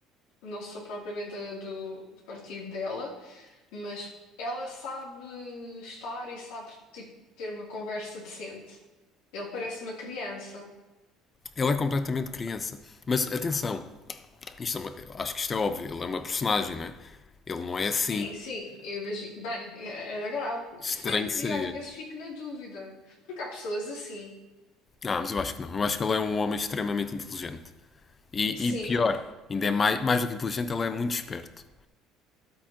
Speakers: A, on the left; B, on the left.
A: não sou propriamente a do, do partido dela, mas ela sabe estar e sabe tipo, ter uma conversa decente. Ele parece uma criança.
B: Ele é completamente criança. Mas atenção, isto é uma- eu acho que isto é óbvio. Ele é uma personagem, não é? Ele não é assim.
A: Sim, sim, eu imagino. Bem, é- era grave.
B: Estranho
A: Se bem que
B: que seria.
A: às vezes fico na dúvida, porque há pessoas assim.
B: Ah, mas eu acho que não. Eu acho que ele é um homem extremamente inteligente. E,
A: Sim,
B: e pior, ainda é mais, mais do que inteligente, ele é muito esperto.